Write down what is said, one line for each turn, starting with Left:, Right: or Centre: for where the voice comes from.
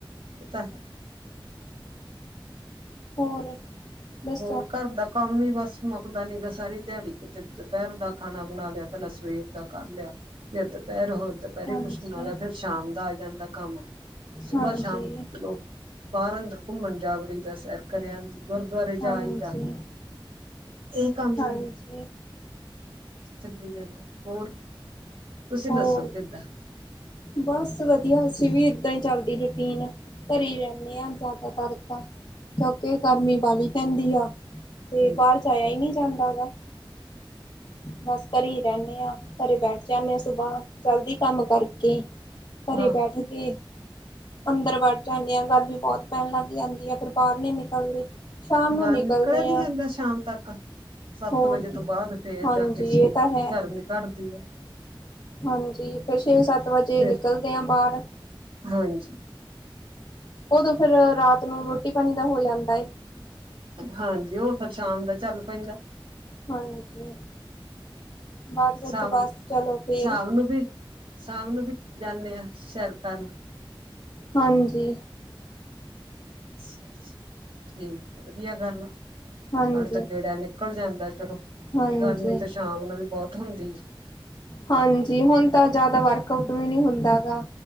Right: ਤਾਂ
Left: ਹੋਰ? ਦੱਸੋ
Right: ਹੋਰ ਘਰ ਦਾ ਕ ਕੰਮ ਹੀ ਬਸ ਮੁੱਕਦਾ ਨੀ ਗਾ ਸਾਰੀ ਦਿਹਾੜੀ, ਕਿਤੇ ਦੁਪਹਿਰ ਦਾ ਖਾਣਾ ਬਣਾ ਲਿਆ, ਪਹਿਲਾਂ ਸਵੇਰ ਦਾ ਕਰ ਲਿਆ। ਜੇ ਦੁਪਹਿਰ ਹੋ ਦੁਪਹਿਰੇ
Left: ਹਾਂਜੀ
Right: ਕੁਛ ਬਣਾ ਲਿਆ, ਫੇਰ ਸ਼ਾਮ ਦਾ ਆ ਜਾਂਦਾ ਏ ਕੰਮ।। ਸੁਬਾਹ-ਸ਼ਾਮ
Left: ਹਾਂਜੀ
Right: ਚਲੋ ਬਾਹਰ-ਅੰਦਰ ਘੁੰਮਣ ਜਾਵੜੀ ਦਾ ਸੈਰ ਕਰਿਆ ਦੀ ਗੁਰਦੁਆਰੇ
Left: ਹਾਂਜੀ,
Right: ਜਾ ਆਈ ਦਾ ਇਹ ਕੰਮ ਹੀ
Left: ਹਾਂਜੀ।
Right: ਚੱਲੀ ਜਾਂਦਾ। ਹੋਰ ਤੁਸੀਂ
Left: ਹੋਰ
Right: ਦੱਸੋ ਕਿੱਦਾਂ?
Left: ਬਸ ਵਧੀਆ ਅਸੀਂ ਵੀ। ਏਦਾਂ ਹੀ ਚੱਲਦੀ ਰੂਟੀਨ। ਘਰੇ ਹੀ ਰਹਿੰਦੇ ਹਾਂ ਜ਼ਿਆਦਾਤਰ ਤਾਂ। ਕਿਉਂਕਿ ਗਰਮੀ ਬਾਲੀ ਪੈਂਦੀ ਆ ਤੇ
Right: ਹਾਂਜੀ
Left: ਬਾਹਰ ਜਾਇਆ ਹੀ ਨਹੀਂ ਜਾਂਦਾ ਹੈਗਾ। ਬਸ ਘਰੇ ਹੀ ਰਹਿੰਦੇ ਆਂ। ਘਰੇ ਬੈਠ ਜਾਂਦੇ ਆ ਸੁਬਾਹ ਜਲਦੀ ਕੰਮ ਕਰਕੇ। ਘਰੇ
Right: ਹਾਂ
Left: ਬੈਠ ਕੇ ਅੰਦਰ ਵੜ ਜਾਂਦੇ ਆ ਗਰਮੀ ਬਹੁਤ ਪੈਣ ਲੱਗ ਜਾਂਦੀ ਆ, ਫੇਰ ਬਾਹਰ ਨੀ ਨਿਕਲਦੇ। ਸ਼ਾਮ
Right: ਬਾਹਰ
Left: ਨੂੰ ਨਿਕਲਦੇ
Right: ਨਿਕਲਿਆ ਨੀ
Left: ਆ
Right: ਜਾਂਦਾ ਸ਼ਾਮ ਤੱਕ ਸੱਤ
Left: ਹੋਰ
Right: ਵਜੇ ਤੋਂ
Left: ਕੀ
Right: ਬਾਅਦ ਫੇਰ! ਫਿਰ
Left: ਹਾਂਜੀ
Right: ਜਾ ਕੇ ਸੂ
Left: ਇਹ ਤਾਂ ਹੈ
Right: ਗਰਮੀ ਘੱਟਦੀ ਹੈ।
Left: ਹਾਂਜੀ ਫਿਰ ਛੇ ਸੱਤ ਵਜੇ
Right: ਫਿਰ
Left: ਨਿਕਲਦੇ ਆ ਬਾਹਰ।
Right: ਹਾਂਜੀ
Left: ਉਦੋਂ ਫਿਰ ਰਾਤ ਨੂੰ ਰੋਟੀ ਪਾਣੀ ਦਾ ਹੋ ਜਾਂਦਾ ਏ।
Right: ਹਾਂਜੀ। ਉਹ ਫਿਰ ਸ਼ਾਮ ਦਾ ਚੱਲ ਪੈਂਦਾ।
Left: ਹਾਂਜੀ। ਬਾਅਦ ਵਿੱਚ
Right: ਸ਼ਾਮ
Left: ਬਸ ਚਲੋ ਫੇਰ
Right: ਸ਼ਾਮ ਨੂੰ ਵੀ ਸ਼ਾਮ ਨੂੰ ਵੀ ਜਾਂਦੇ ਹਾਂ ਸੈਰ ਕਰਨ।
Left: ਹਾਂਜੀ।
Right: ਅਾ ਠੀਕ ਵਧੀਆ ਗੱਲ ਆ।
Left: ਹਾਂਜੀ,
Right: ਨਾਲੇ ਤਾਂ ਗੇੜਾ ਨਿਕਲ ਜਾਂਦਾ ਚਲੋ
Left: ਹਾਂਜੀ।
Right: ਗਰਮੀ ਤੇ ਸ਼ਾਮ ਨੂੰ ਵੀ ਬਹੁਤ ਹੁੰਦੀ ਆ।
Left: ਹਾਂਜੀ। ਹੁਣ ਤਾਂ ਜ਼ਿਆਦਾ ਵਰਕ ਆਊਟ ਵੀ ਨਹੀਂ ਹੁੰਦਾ ਗਾ।